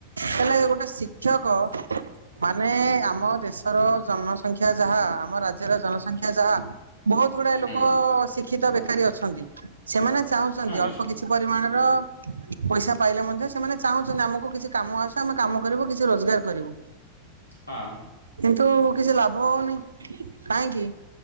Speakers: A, on the right; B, on the left.
A: ହେଲେ ଗୋଟେ ଶିକ୍ଷକ ମାନେ ଆମ ଦେଶର ଜନସଂଖ୍ୟା ଯାହା ଆମ ରାଜ୍ୟର ଜନସଂଖ୍ୟା ଯାହା ବହୁତ ଗୁେ
B: ହୁଁ।
A: ଶିକ୍ଷିତ ବେକାରୀ ଅଛନ୍ତି ସେମାନେ ଚାହୁଁଛନ୍ତି
B: ହଁ ନିଶ୍ଚୟ
A: ଅଳ୍ପ କିଛି ପରିମାଣ ପଇସା ପାଇଲେ ମଧ୍ୟ ସେମାନେ ଚାହୁଁଛନ୍ତି ଆମକୁ କିଛି କାମ ଆସ ଆମେ କାମ କରିବୁ କିଛି ରୋଜଗାର କରିବୁ।
B: ହଁ।
A: କିନ୍ତୁ କିଛି ଲାଭ ହଉନି। କାହିଁକି